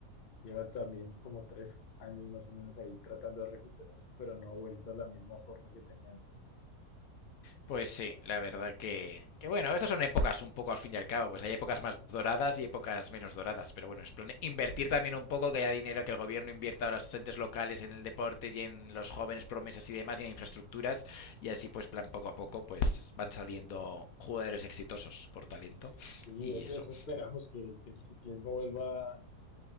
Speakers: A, on the left (about 45°); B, on the left (about 70°).
A: lleva también como tres años más o menos ahí tratando de recuperarse, pero no ha vuelto a la misma forma que tenía antes.
B: Pues sí, la verdad que, que bueno, estas son épocas un poco al fin y al cabo, pues hay épocas más doradas y épocas menos doradas, pero bueno, es plan invertir también un poco, que haya dinero que el gobierno invierta a los entes locales en el deporte y en los jóvenes promesas y demás y en infraestructuras y así pues plan poco a poco pues van saliendo jugadores exitosos por talento
A: Sí,
B: y
A: eso,
B: eso.
A: eso esperamos que, que el ciclismo vuelva